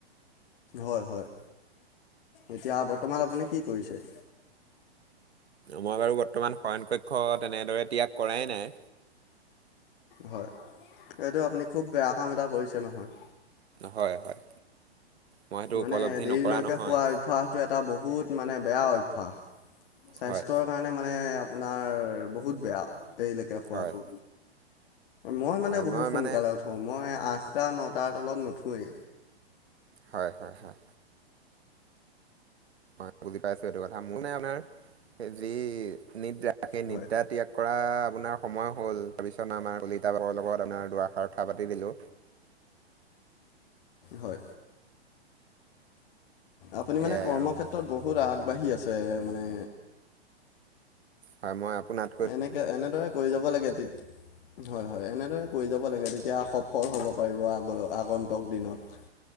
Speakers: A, on the left; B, on the right.
A: হয়, হয় এতিয়া বৰ্তমান আপুনি কি কৰিছে?
B: মই বাৰু বৰ্তমান শয়ন কক্ষ তেনেদৰে ত্যাগ কৰাই নাই।
A: হয়, এইটো আপুনি খুব বেয়া কাম এটা কৰিছে নহয়।
B: হয়-হয় মই সেইটো
A: মানে
B: উপলব্ধি
A: দেৰিলৈকে
B: নকৰা নহয়।
A: খোৱা অভ্যাসটো এটা বহুত মানে বেয়া অভ্যাস। স্বাস্থ্যৰ
B: হয়
A: কাৰণে মানে আপোনাৰ বহুত বেয়া দেৰিলৈকে শুৱাটো।
B: হয়
A: মই মানে
B: হয়
A: বহুত
B: মই
A: সোনকালে
B: মানে
A: উঠোঁ, মই আঠটা নটাৰ তলত নুঠঁৱেই।
B: হয়-হয়-হয়। হয়, বুজি পাই আছো। এইটো কথা মোৰ নাই আপোনাৰ যি নিদ্ৰা সেই নিদ্ৰাত,
A: হয়
B: ত্যাগ কৰা আপোনাৰ সময় হ'ল তাৰপিছত আমাৰ কলিতাাবৰ লগত আপোনাৰ দুআষাৰ কথা পাতি দিলোঁ।
A: হয়, আপুনি
B: সেয়াই
A: মানে কৰ্মক্ষেত্ৰ
B: আৰু
A: কত বহুত আগবাঢ়ি আছে মানে,
B: হয়, মই আপোনাৰ
A: এনেকে এনেদৰে কৰি যাব লাগে, তেত হয়-হয়, এনেদৰে গৈ যাব লাগে তেতিয়া সফল হ'ব পাৰিব আগ আগন্তুক দিনত।